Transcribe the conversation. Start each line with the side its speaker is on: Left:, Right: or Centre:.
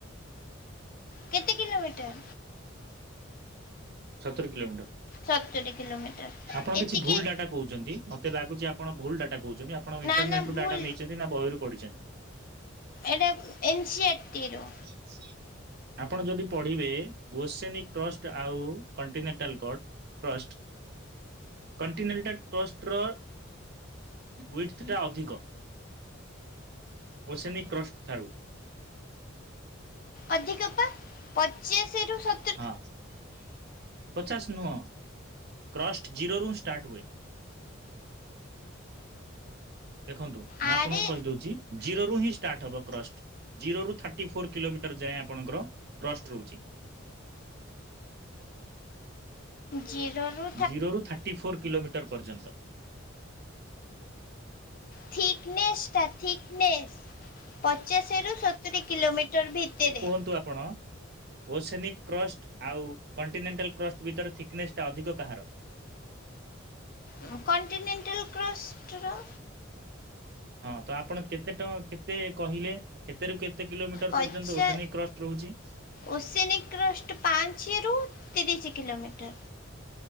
Left: କେତେ କିଲୋମିଟର?
Right: ସତୁରୀ କିଲୋମିଟର।
Left: ସତୁରୀ କିଲୋମିଟର
Right: ଆପଣ କିଛି
Left: ଏତିକି
Right: ଭୁଲ ଡାଟା କହୁଛନ୍ତି। ମତେ ଲାଗୁଛି ଆପଣ ଭୁଲ୍ ଡାଟା କହୁଛନ୍ତି, ଆପଣ
Left: ନା
Right: ଇଣ୍ଟରନେଟ
Left: ନା
Right: ରୁ
Left: ଭୁଲ
Right: ଡାଟା ନେଇଛନ୍ତି ନା ବହିରୁ ପଢିଛନ୍ତି?
Left: ଏଇଟା ଏନ୍ ସି ଆର୍ ଟି ରୁ।
Right: ସ <inaudible> ଆପଣ ଯଦି ପଢିବେ ଓସେନିକ୍ କ୍ରଷ୍ଟ ଆଉ କଣ୍ଟିନେଣ୍ଟାଲ କ୍ରଟ କ୍ରଷ୍ଟ, କଣ୍ଟିନେଣ୍ଟାଲ କ୍ରଷ୍ଟର ୱେଥ ଟା ଅଧିକ ଓସେନିକ୍ କ୍ରଷ୍ଟ ଠାରୁ।
Left: ଅଧିକ ପା ପଚାଶ ରୁ ସ
Right: ହଁ ପଚାଶ ନୁହଁ, କ୍ରଷ୍ଟ ଜିରୋରୁୁ ଷ୍ଟାର୍ଟ ହୁଏ। ଦେଖନ୍ତୁ ମୁଁ
Left: ଆରେ
Right: ଆପଣଙ୍କୁ କହିଦଉଛି, ଜିରୋ ରୁ ହିଁ ଷ୍ଟାର୍ଟ ହବ କ୍ରଷ୍ଟ ଜିରୋ ରୁ ଥା ଥାଟିଫୋର୍ ଲୋମିଟର ଯାଏ ଆପଣଙ୍କର କ୍ରଷ୍ଟ ରହୁଛି।
Left: ଜିରୋରୁ
Right: ଜିରୋରୁ ଥାର୍ଟି ଫୋର୍ କିଲୋମିଟର ପର୍ଯ୍ୟନ୍ତ।
Left: ଥିକନେସ୍ ଟା। ଥିକନେସ୍ ପଚାଶରୁ ସତୁରୀ କିଲୋମିଟର ଭିତରେ।
Right: ତୁ ଆପଣ ଓସେନିକ୍ କ୍ରଷ୍ଟ ଆଉ କଣ୍ଟିନେଣ୍ଟାଲ୍ କ୍ରଷ୍ଟ ଭିତରେ ଥିକନେସ୍ ଟା ଅଧିକ କାହାର?
Left: ଅଁ, କଣ୍ଟିନେଣ୍ଟାଲ୍ କ୍ରଷ୍ଟର।
Right: ହଁ ତ ଆପଣ କେତେ ଟ- କେତେ କହିଲେ? କେତେ ରୁ କେତେ କିଲୋମିଟର
Left: ପଚା
Right: ପର୍ଯ୍ୟନ୍ତ ଓସେନିକ୍ କ୍ରଷ୍ଟ ରହୁଛି?
Left: ଓସେନିକ୍ କ୍ରଷ୍ଟ ପାଞ୍ଚେରୁ ତିରିଶି କିଲୋମିଟର।